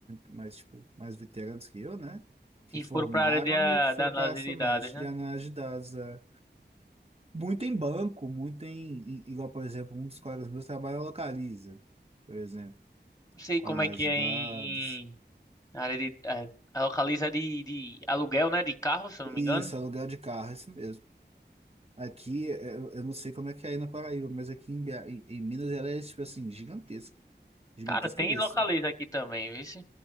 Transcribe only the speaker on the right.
mais, tipo, mais veteranos que eu, né? Que
formaram
e que foram
para essa
análise
de análise de dados. é. Muito em banco, muito em, em- igual, por exemplo, um dos colegas meus trabalha na Localiza, por exemplo,
com
análise
de
dados.
Isso,
aluguel de carro, é isso mesmo. Aqui, é- eu eu não sei como é que é aí na Paraíba, mas aqui em, BH em, em Minas ela é, tipo assim, gigantesca. Gigantesca
mesmo,
assim,